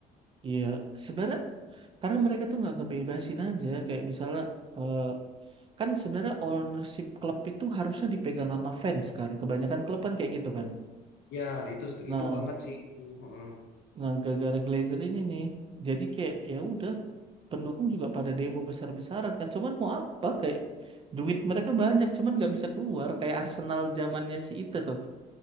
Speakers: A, on the right; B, on the left.
A: Iya, sebenarnya karena mereka tuh nggak ngebebasin aja kayak misalnya eh, kan sebenarnya ownership klub itu harusnya dipegang sama fans kan, kebanyakan klub kan kayak gitu kan.
B: Ya, itu
A: Nah,
B: itu banget sih itu. Heeh.
A: nah gara-gara Glazer ini nih, jadi kayak ya udah pendukung juga pada demo besar-besaran kan, cuman mau apa kayak duit mereka banyak cuman nggak bisa keluar kayak Arsenal zamannya si itu tuh,